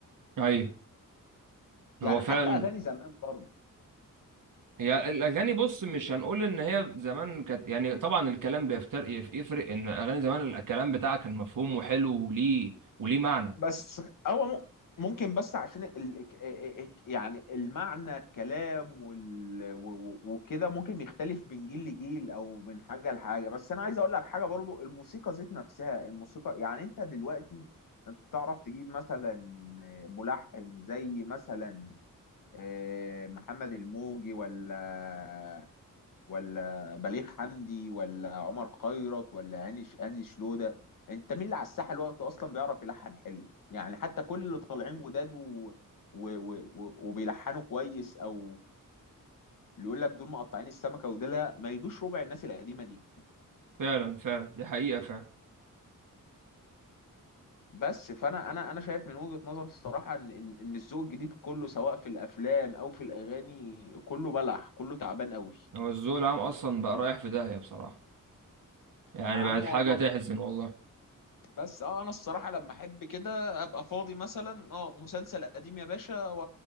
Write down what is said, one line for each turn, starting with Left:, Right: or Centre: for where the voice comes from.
Right: ايوه هو
Left: يعني
Right: فعلا
Left: حتى أغاني زمان برضه
Right: هي الاغاني بص مش هنقول ان هي زمان كانت يعني طبعا الكلام بيفترق يفرق ان اغاني زمان الكلام بتاعها كان مفهوم وحلو وليه وليه معنى
Left: بس هو مم- ممكن بس عشان ال... ال- يعني المعنى الكلام وال... و- و- وكده ممكن يختلف من جيل لجيل او من حاجه لحاجه بس انا عايز اقول لك حاجه برضو الموسيقى ذات نفسها الموسيقى يعني انت دلوقتي انت تعرف تجيب مثلا ملحن زي مثلا آه، محمد الموجي ولا ولا بليغ حمدي ولا عمر خيرت ولا هاني هاني شلوده انت مين اللي على الساحه الوقت اصلا بيعرف يلحن حلو يعني حتى كل اللي طالعين جداد و... و... و... و- وبيلحنوا كويس او اللي يقول لك دول مقطعين السمكه ودول لا، ما يجوش ربع الناس القديمه دي
Right: فعلا فعلا دي حقيقة فعلا
Left: بس فانا انا انا شايف من وجهه نظر الصراحه ان ان إن الذوق الجديد كله سواء في الافلام او في الاغاني كله بلح كله تعبان قوي
Right: هو الذوق العام اصلا بقى رايح في داهية بصراحة يعني
Left: يا عم
Right: بقت حاجة
Left: والله
Right: تحزن والله
Left: بس اه انا الصراحه لما احب كده ابقى فاضي مثلا اه مسلسل قديم يا باشا و-